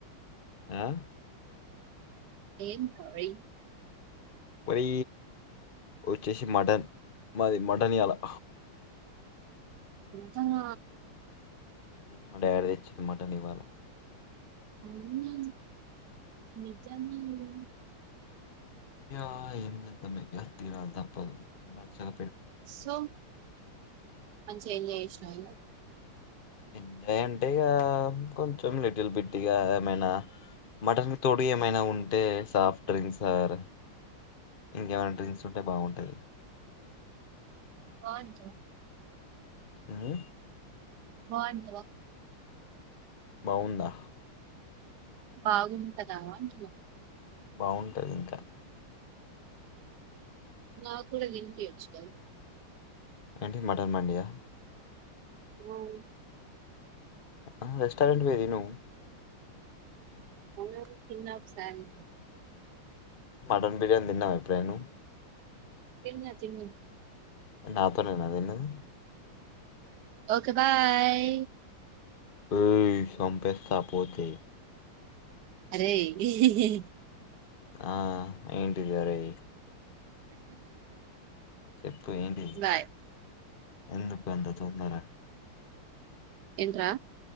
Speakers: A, on the left; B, on the right.
A: ఆ
B: ఏం కర్రీ
A: మది వచ్చేసి మటన్ మాది మటన్ ఇయాలా
B: మటనా
A: మా డాడీ దెచ్చిన్ మాటన్ ఇవాళ
B: అవునా నిజంగాదేనా
A: యా ఏమ్ పెద్ద మటన్ తినడం తప్ప మంచిగ
B: సో మంచిగా ఎంజాయ్ జేస్నావిగా
A: ఎంజాయ్ అంటే ఇగ కొంచం లిటిల్ బిట్టిగా ఏమైనా మటన్ కి తోడు ఏమైనా ఉంటే సాఫ్ట్ డ్రింక్స్ అర్ ఇంకేమైనా డ్రింక్స్ ఉంటే బాగుంటది
B: బావుంటాదా
A: ఉమ్
B: బావుంటదా
A: బావుందా
B: బాగుంటదా అంటున్న
A: బాగుంటది ఇంకా
B: నాకూ కూడా తినిపియచ్చు కదా
A: ఏంటి మటన్ మండియా
B: ఆవును
A: అ రెస్టారెంట్ పో తిను
B: అవునావున్ తిన్నా ఒక్ సారి
A: మటన్ బిర్యానీ తిన్నావా ఎపుడైనా నువ్
B: తిన్న తిన్న
A: నాతోనేనా తిన్నది
B: ఓకే బాయ్
A: ఓయ్ సంపెస్తా పోతే
B: అరే హిహిహి
A: ఆ ఏంటిదరేయ్ చెప్పు ఏంటిది
B: బాయ్
A: ఎందుకు అంత తొందర
B: ఏంట్రా